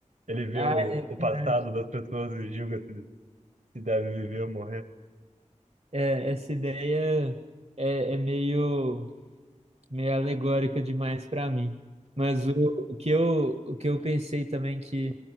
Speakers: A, on the right; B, on the right.
A: Ele vê
B: Ah,
A: o,
B: é
A: o passado
B: verdade.
A: das pessoas e julga se, se deve viver ou morrer.
B: É, essa ideia é, é meio. meio alegórica demais para mim. Mas o, o que eu, o que eu pensei também que